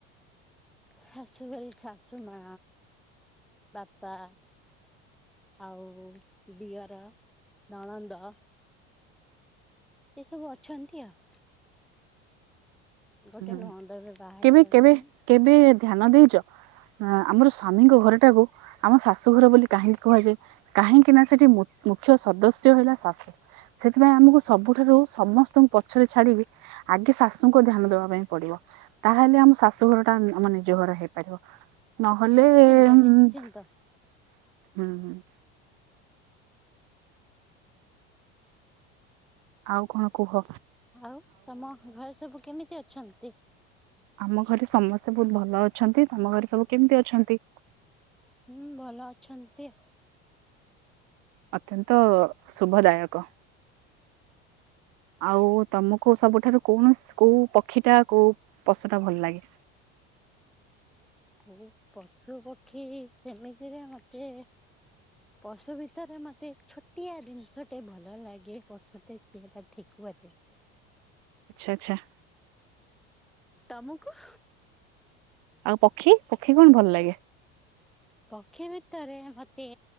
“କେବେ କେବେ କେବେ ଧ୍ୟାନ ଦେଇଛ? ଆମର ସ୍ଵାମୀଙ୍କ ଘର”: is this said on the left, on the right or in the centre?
Right